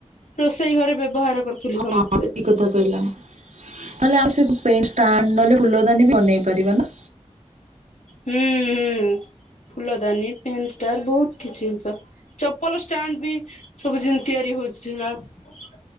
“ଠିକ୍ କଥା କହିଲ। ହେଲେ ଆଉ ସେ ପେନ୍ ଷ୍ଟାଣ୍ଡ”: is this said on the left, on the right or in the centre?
Right